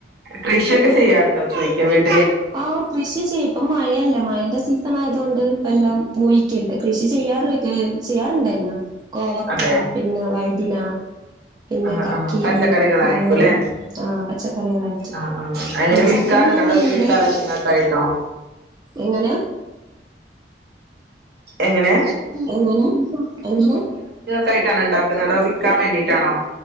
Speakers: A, on the right; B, on the right.
A: കൃഷിയൊക്കെ ചെയ്യാറുണ്ടോ ചോദിക്ക വീട്ടിൽ
B: ആ് കൃഷി ചെയ്യും ഇപ്പ മഴയെല്ലെ മഴയുടെ സീസൺ ആയതുകൊണ്ട് എല്ലാം പോയി ഒക്കെയണ്ട് കൃഷി ചെയ്യാറൊക്കെ ചെയ്യാറുണ്ടായിരുന്നു കോവക്ക
A: അതെ
B: പിന്നെ വൈദിന പിന്നെ
A: ആഹ്
B: കക്കിരി
A: ആഹ് പച്ചക്കറികളായിരിക്കുംല്ലേ
B: പയറ് ആ പച്ചക്കറികളായിട്ട്
A: ആഹ് ആഹ് അങ്ങനെ
B: പിന്നെ
A: വിൽക്കാറുണ്ടോ
B: ച ചക്ക മാങ്ങിയുണ്ട്
A: അതോ വീട്ടിലെ ആവശ്യങ്ങൾക്കായിട്ടോ
B: എങ്ങനാ
A: എങ്ങനെ
B: എങ്ങിനെ എങ്ങിനെ
A: കഴിക്കാനുണ്ടാകുന്ന അതോ വിൽക്കാൻവേണ്ടിയിട്ടാണോ